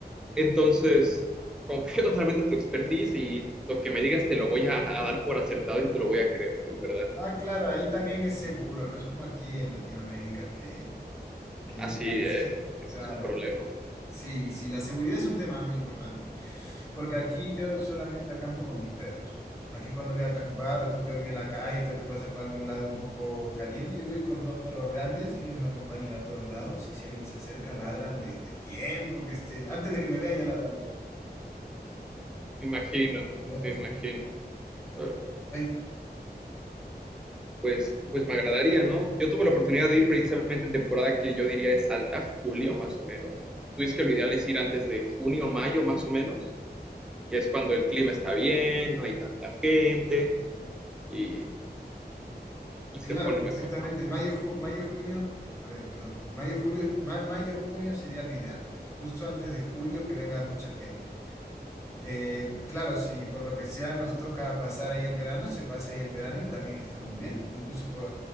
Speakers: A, in the centre; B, on the left (about 15°).
A: Entonces, confío <laughs> totalmente en tu expertise y lo que me digas te lo voy a, a dar por acertado y te lo voy a creer, en verdad.
B: Ah, claro, ahí también es seguro, no es como aquí en Latinoamérica que, que
A: Así,
B: es más,
A: ¿eh? Ese
B: claro.
A: es un problema.
B: Sí, sí, la seguridad es un tema muy importante, porque aquí yo solamente acampo con mis perros. Aquí cuando voy a acampar, o tengo que dormir en la calle, tengo que pasar por algún lado un poco caliente, yo voy con dos perros grandes, ellos me acompañan a todos lados y si alguien se acerca, ladran desde tiempo que esté, antes de que me vea ya ladra el perro.
A: Me imagino,
B: A ver,
A: me
B: está-
A: imagino. Ahora,
B: ay,
A: Pues, pues me agradaría, ¿no? Yo tuve la oportunidad de ir precisamente en temporada que yo diría es alta, julio más o menos. Tú dices que lo ideal es ir antes de junio, mayo más o menos, que es cuando el clima está bien, no hay tanta gente y, y
B: Claro,
A: se pone
B: exactamente.
A: mejor, ¿no?
B: Mayo, ju- mayo, junio, a ver, perdón. Mayo, julio, ma- mayo, junio sería lo ideal. Justo antes de julio que venga mucha gente. Eh, claro, si por lo que sea nos toca pasar ahí el verano, se pasa ahí el verano y también está muy bien. Incluso po-